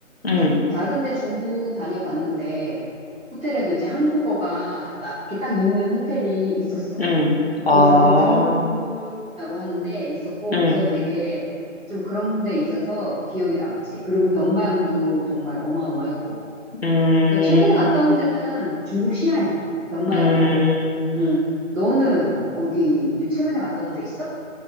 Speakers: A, on the left; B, in the centre.
A: 응,
B: 좀 다른데 중국 다녀봤는데 호텔에도 이제 한국어가 나, 이렇게 딱 있는 호텔이 있었어.
A: 응. 어,
B: 그 제가 좀 드물다고 하는데 있었고
A: 음,
B: 그래서 되게 좀 그런 데 있어서 기억이 남지. 그리고 병마용도 정말 어마어마했고.
A: 음,
B: 그러니까 최근에 갔다 온 데는 중국 시안이야. 병마용
A: 음.
B: 보러. 음. 너는 어디 유- 최근에 갔다 온데 있어?